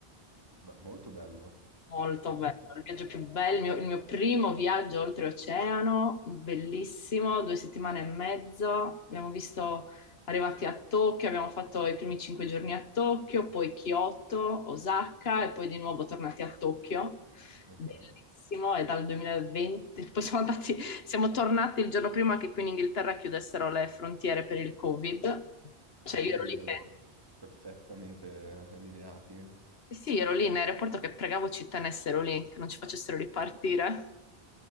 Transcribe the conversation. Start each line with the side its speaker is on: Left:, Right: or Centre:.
Right: Beh, molto bello.
Left: Molto
Right: Molto-
Left: bello, il viaggio più bello, il mio, il mio primo viaggio oltreoceano, bellissimo, due settimane e mezzo, abbiamo visto, arrivati a Tokyo, abbiamo fatto i primi cinque giorni a Tokyo, poi Kyoto, Osaka e poi di nuovo tornati a Tokyo,
Right: Ok.
Left: bellissimo, e dal 2020, poi siamo andati, <laughs> siamo tornati il giorno prima che qui in Inghilterra chiudessero le frontiere per il Covid, cioè
Right: <laughs>
Left: io ero
Right: Direi
Left: lì che...
Right: perfettamente allineati.
Left: eh Sì, ero lì in aeroporto che pregavo ci tenessero lì, che non ci facessero ripartire.